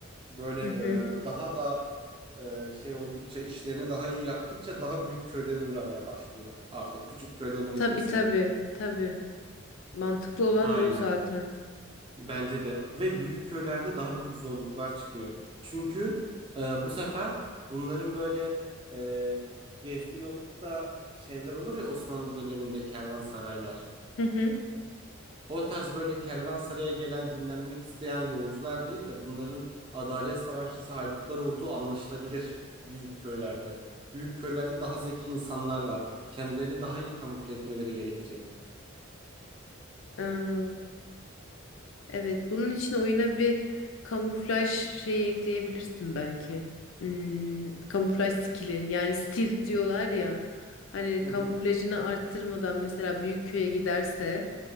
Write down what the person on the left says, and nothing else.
Hı hı.
Tabii
tabii tabii. Mantıklı olan
da o zaten.
Hı
hı. Evet, bunun için oyuna bir kamuflaj şeyi ekleyebilirsin belki. Hmm, kamuflaj skili yani stilt diyorlar ya. Hani
kamuflajını
arttırmadan mesela büyük köye giderse